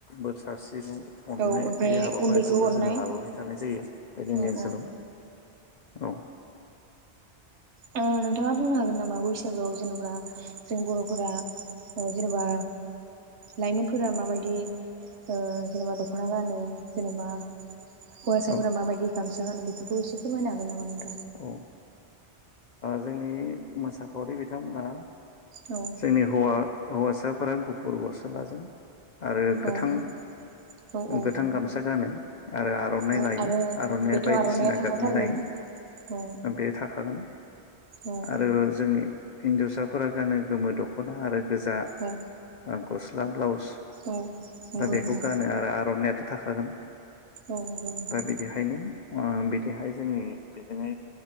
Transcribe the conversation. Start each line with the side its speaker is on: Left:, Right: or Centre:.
Left: बोरसा स्रिनाय अननाय
Right: औ ओमफ्राय
Left: बे हाबाफारिखौबो
Right: उन्दैखौ अननाय
Left: जोङो लाबोबाय थानाय जायो बे जोंनि
Right: औ
Left: ओनसोलाव
Right: औ
Left: औ।
Right: नोंथाङा बुंनो हागोन नामा। बैसागोआव जेनेबा जों बर'फोरा जेनेबा लाइमोनफोरा माबायदि ओ जेनेबा दख'ना गानो जेनेबा हौवासाफोरा
Left: औ
Right: माबायदि गामसा गानो बेफोरखौ एसे फोरमायनो हागोन नामा नों।
Left: औ। जोंनि मोसाखावरि बिथांमोना
Right: औ
Left: जोंनि हौवा हौवासाफोरा गुफुर गस्लाजों आरो गोथां
Right: औ औ औ
Left: गोथां गामसा गानो आरो आर'नाइ
Right: औ
Left: लायो
Right: आरो
Left: आर'नाइया
Right: बेथ'
Left: बायदिसिना
Right: आर'नाइया थाखाथारगोन
Left: गाबनि लायो
Right: औ
Left: बे थाखागोन
Right: औ
Left: आरो जों हि हिनजावसाफोरा गानो गोमो दख'ना आरो गोजा
Right: औ
Left: आ गस्ला ब्लाउस
Right: औ नंगौ
Left: दा बेखौ
Right: नोंथां
Left: गानो आरो आर'नायाथ' थाखागोन दा
Right: औ नंगौ नोंथां
Left: बिदिखायनो ओ बिथिंहाय जोंनि जोङो